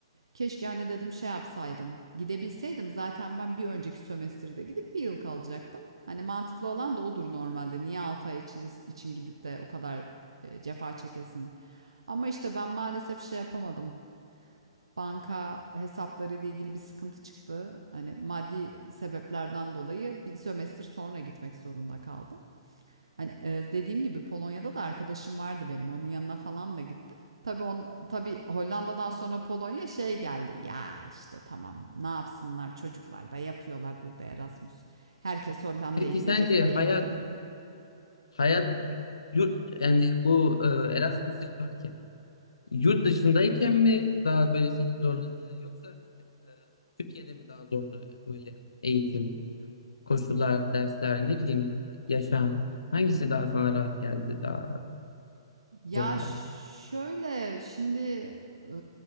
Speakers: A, on the right; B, on the left.
A: Keşke hani dedim şey yapsaydım. Gidebilseydim zaten ben bir önceki sömestrde gidip bir yıl kalacaktım. Hani mantıklı olan da odur normalde. Niye 6 ay için gidip de o kadar e, cefa çekesin. Ama işte ben maalesef şey yapamadım. Banka hesapları ile ilgili bir sıkıntı çıktı. Hani maddi sebeplerden dolayı bir sömestr sonra gitmek zorunda kaldım. Hani e, dediğim gibi Polonya'da da arkadaşım vardı benim. Onun yanına falan da gittim. Tabii on, tabii Hollanda'dan sonra Polonya şey geldi. Ya işte tamam ne yapsınlar çocuklar da yapıyorlar burada Erasmus. Herkes Hollanda'ya
B: Peki
A: gidecek
B: sence
A: değil.
B: hayat
A: <laughs>
B: hayat yurt yani bu eee, Erasmus yaparken yurt dışındayken mi daha böyle seni zorladı yoksa eee, Türkiye'de mi daha zordu böyle eğitim, koşullar, dersler ne bileyim yani yaşam hangisi daha sana rahat geldi daha
A: Ya
B: zor geldi?
A: şöyle şimdi e,